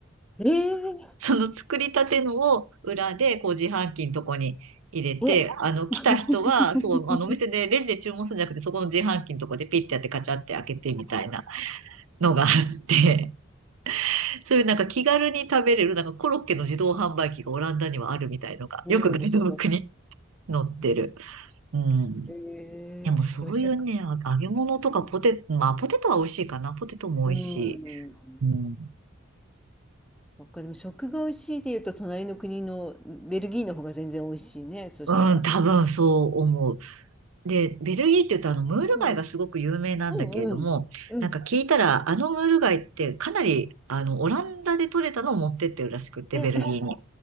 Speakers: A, in the centre; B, on the right.
A: ええ
B: その作りたてのを裏でこう自販機のとこに入れて、
A: え、え
B: あの、来た人は、
A: <laughs>
B: そう、あの、お店でレジで注文するんじゃなくて、そこの自販機のとこでピッてやってカチャって開けてみたいなのがあって、<laughs> そういうなんか気軽に食べれる、なんかコロッケの自動販売機がオランダにはあるみたいのが、
A: ええ、
B: よくガイドブックに
A: 面白い。
B: 載ってる。うん。
A: ええ、
B: でもそういうね、
A: でもしょ
B: 揚げ物とかポテ、
A: うん。
B: まあポテトは美味しいかな。ポテトも美味し
A: うん。
B: い。うん。
A: そっか、でも食が美味しいで言うと、隣の国のベルギーの方が全然美味しいね、そしたら。
B: うん、多分そう思う。で、ベルギーって言うとあのムール貝がすごく有名なんだけれども、
A: うん。うんうん。うん。
B: なんか聞いたらあのムール貝ってかなりあのオランダで取れたのを持ってってるらしくって、
A: え、
B: ベルギーに。